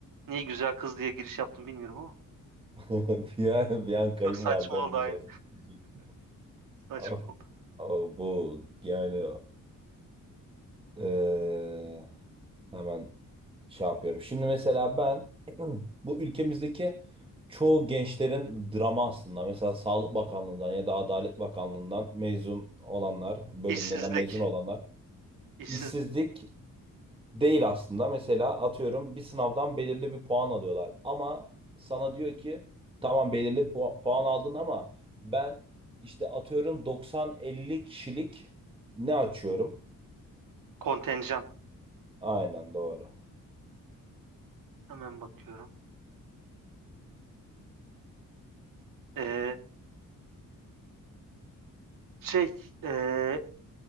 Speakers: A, on the right; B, on the right.
A: Niye güzel kız diye giriş yaptım bilmiyorum ama.
B: <laughs> Bir an, bir an
A: Çok
B: kayınvaliden
A: saçma oldu
B: diyeceğiz.
A: aynen.
B: Diyecek.
A: Saçma
B: Ama-
A: oldu.
B: ama bu yani eee, hemen şey yapıyorum. Şimdi mesela ben <clears throat> bu ülkemizdeki çoğu gençlerin drama aslında. Mesela Sağlık Bakanlığı'ndan ya da Adalet Bakanlığı'ndan mezun olanlar, bölümlerinden
A: İşsizlik.
B: mezun olanlar.
A: İşsiz
B: işsizlik Değil aslında. Mesela atıyorum bir sınavdan belirli bir puan alıyorlar. Ama sana diyor ki tamam belirli pu- puan aldın ama ben işte atıyorum 90-50 kişilik ne açıyorum?
A: kontenjan.
B: Aynen doğru.
A: Hemen bakıyorum. Eee, şey eee,